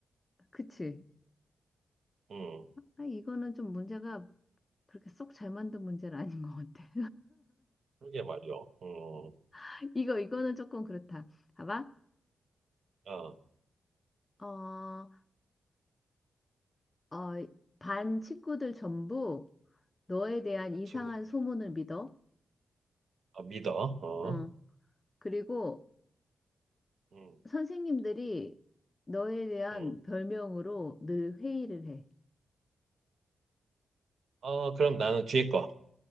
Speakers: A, on the left; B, on the right.
A: 그치.
B: 음.
A: 아, 이거는 좀 문제가 그렇게 쏙 잘 만든 문제는 아닌 것 같아.
B: 그러게 말이야. 음. 어,
A: <laughs> 이거, 이거는 조금 그렇다. 봐봐.
B: 너도
A: 어, 어, 반 친구들 전부 너에 대한
B: 같이
A: 이상한
B: 친구들 좀-
A: 소문을 믿어.
B: 어, 믿어. 어.
A: 어, 그리고
B: 음.
A: 선생님들이 너에 대한
B: 음.
A: 별명으로 늘 회의를 해.
B: 어, 그럼 나는 뒤에 거.